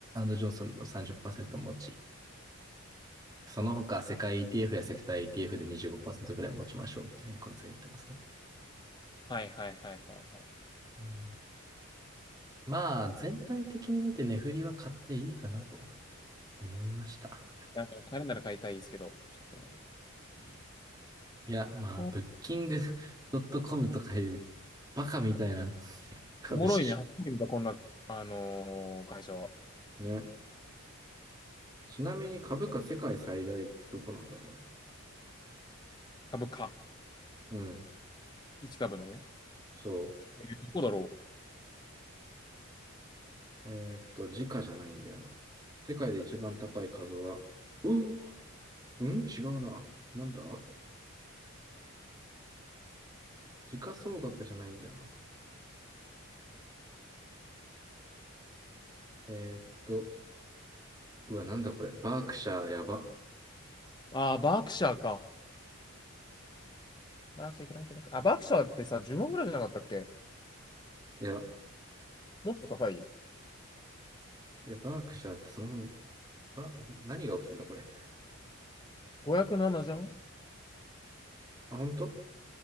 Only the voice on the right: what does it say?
ジョンソンの30%持ち、その他世界 ETF やセクター ETF で25%ぐらい持ちましょうっていうふうにこいつは言ってますね。
うんまあ、全体的に見て値振りは買っていいかなと思いました。
いや、まあ、
ブッキング .com とかいうバカみたいな <laughs> 株式。
ね。ちなみに株価世界最大ってどこなんだろうね。
うん。
そう。
えーっと、時価じゃないんだよな。世界で一番高い株は、うーうん違うな。なんだ時価総額じゃないんだよな。えーっと、うわ、なんだこれ。バークシャーやば。
いや、
え、バークシャーってそもそも、ば、何が起きてんだこれ。
あ、本当